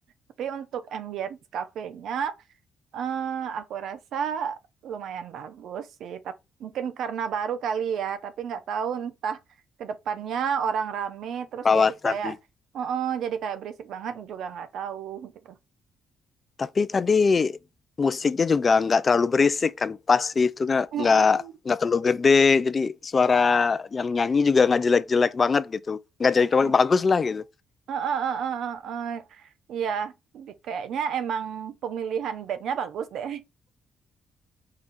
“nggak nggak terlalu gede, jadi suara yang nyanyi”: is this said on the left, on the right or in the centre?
Left